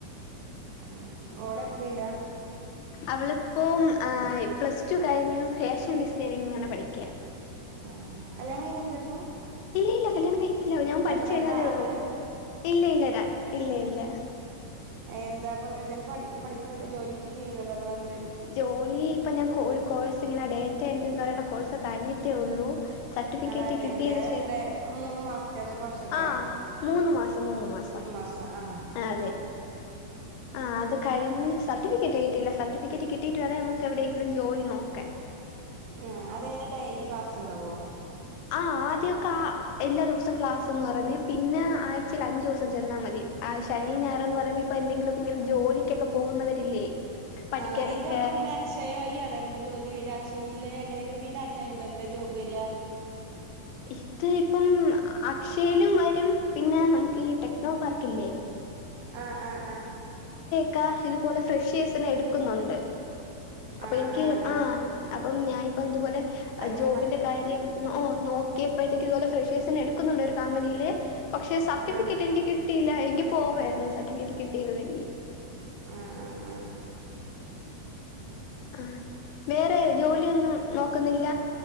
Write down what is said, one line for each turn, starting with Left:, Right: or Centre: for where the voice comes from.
Right: ആഹ് ഓള് എത്രയിലാ?
Left: അവളിപ്പോം ആഹ് പ്ലസ് ടു കഴിഞ്ഞു ഫാഷൻ ഡിസൈനിങ്ങനെ പഠിക്ക്യ
Right: ആ കല്യാണം കഴിഞ്ഞിട്ടില്ല അപ്പൊ
Left: ഇല്ലിയില്ല കല്യാണം കഴി ഇല്ല ഞാൻ പഠിച്ച
Right: അല്ല രണ്ടാ
Left: കഴിഞ്ഞതേ
Right: അന്റത്
Left: ഉള്ളൂ ഇല്ല ഇല്ലരാൻ ഇല്ല ഇല്ല.
Right: എന്താ അപ്പൊ ഇതില് പഠി പഠിക്കണ്ടോ ജോലിക്ക് ചെയ്യുന്നുണ്ടോ അതോ എ
Left: ജോലി ഇപ്പൊ ഞാൻ കോയ് ഒരു കോഴ്സ് ഇങ്ങനെ ഡേറ്റ എൻട്രി എന്ന് പറയുന്ന കോഴ്സ് കഴിഞ്ഞിട്ടേ ഉള്ളൂ സർട്ടിഫിക്കറ്റ്
Right: ആഹ് ഡാറ്റ
Left: കിട്ടിയതിന്
Right: എൻഡ്രി അഹ്
Left: ശേഷം
Right: എത്രേ മൂന്ന് മാസ്ത്തെ അതോരു വർഷത്തെ
Left: ആഹ് മൂന്ന് മാസം മാസം
Right: മൂന്ന് മാസ ആഹ്
Left: അതെ ആഹ് അത് കഴിഞ് സർട്ടിഫിക്കറ്റ് കിട്ടില്ല സർട്ടിഫി ക്കെറ്റ് കിട്ടീട്ട് വേണ നമുക്ക് എവിടെയെങ്കിലും ജോലി നോക്കൻ
Right: ആഹ് അതെങ്ങനെ ഡെയിലി ക്ലാസ് ണ്ടാവോ?
Left: ആഹ് ആദ്യോക്കെ ആഹ് എല്ലാ ദിവസോം ക്ലാസ്ന്ന് പറഞ്ഞേ. പിന്നെ ആഴ്ചൽ അഞ്ചോസം ചെന്നാ മതി. ആഹ് ശനിയും ഞായറന്ന് പറയുമ്പോ ഇപ്പൊ എന്തെങ്കിലുക്കെ ഇങ്ങനെ ജോലിക്കൊക്കെ പോകുന്നവരില്ലേ പഠിക്കാനൊക്കെ
Right: ആഹ് ഇതപ്പൊ എങ്ങനെ അക്ഷയവയിയാണ് അമുക്ക് ജോലി വര അക്ഷയ് ഇല്ലെ അങ്ങനെയൊക്കെ വിഡാറ്റണ്ടണ്ടണ്ട് ജോബ് വരാ
Left: ഇത് ഇപ്പം അക്ഷ് യേലും വരും പിന്നെ നമുക്ക് ഈ ടെക്നോ പാർക്കില്ലേ
Right: ആഹ് ആഹ് ആഹ്
Left: <unintelligible> ഇതുപോലെ ഫ്രഷേസിനെ എടുക്കുന്നുണ്ട് അപ്പ
Right: ആ
Left: എനിക്ക്
Right: ആ ആ
Left: ആഹ് അപ് അപ്പം ഞാൻ ഇപ്പോ ഇതുപോലെ
Right: അയിന്റെ
Left: ജോബിന്റെ
Right: മറ്റേ ടോ
Left: കാര്യം ഓഹ് നോക്കിയപ്പോഴത്തേക്ക് ഇത് പോലെ ഫ്രഷേസിനെ എടുക്ക് ക്കുന്നുണ്ട് ഒരു കമ്പനീല് പക്ഷെ സർട്ടിഫിക്കറ്റ്
Right: ആ
Left: എനിക്ക് കിട്ടിയില്ല എങ്കി പോവായിരുന്നു സർട്ടിഫറ്റ് കിട്ടിയിരുന്നെങ്കി
Right: ആഹ് ആഹ് ആഹ്
Left: ആ വേറെ ജോലിയൊന്നും നോക്കുന്നില്ല